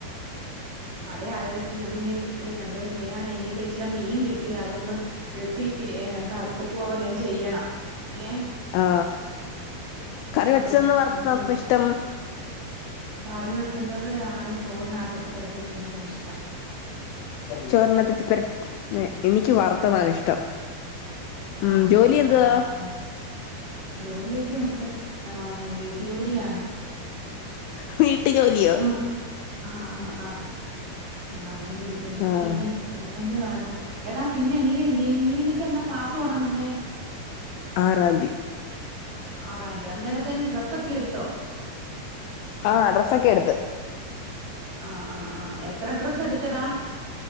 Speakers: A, on the right (about 55°); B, on the left (about 80°).
A: മഴയായതോണ്ട് ഇവിടെങ്ങനെ ഇരിക്ക്ന്ന് എന്തോ ചെയ്യാന ഇനിയിപ്പോ ഇച്ചര മീൻ കിട്ടി അതൊന്ന് വെട്ടി ഏ കറിവെക്കോ വല്ലോം ചെയ്യണം. ഏ
B: ആ കറി
A: ആഹ്
B: വെച്ചന്ന് വറുത്തന്നൊഷ്ടം?
A: ആണ് കറി വെക്കുന്നത് ആണ് ചോറിനകത്തിട്ട് പെരട്ടി തിന്നാനിഷ്ടം.
B: ചോറിനത്തെത്തിപ്പര എ എനിക്ക് വർത്തതാണിഷ്ടം.
A: ഉം.
B: ഉം
A: ആണോ
B: ജോലി എന്തുവാ?
A: ആഹ് ആഹ് ആഹ് ജോലിയൊക്കെ ഒണ്ട് ആന്നെ വീട്ടു ജോലിയാണ്.
B: വീട്ടു ജോലിയോ
A: ഓ ആ ആ ആ ആ അങ്ങനെ രിക്ക്ന്നു
B: ആഹ്
A: പിന്നെ എന്തെന്തുവാടാ എടാ പിന്നെ നീ നീ നീനക്കെന്ന ക്ലാസ് തൊടങ്ങുന്നേ?
B: ആറാന്തി.
A: ആറാന്തിയാ അന്നേരത്തിന് ഡ്രെസ്സൊക്കെ എടുത്തോ?
B: ആഹ ഡ്രസ്സൊക്കെ എടുത്ത്.
A: ആഹ ആഹ ആഹ എത്ര ഡ്രസ്സ് എടുത്തടാ?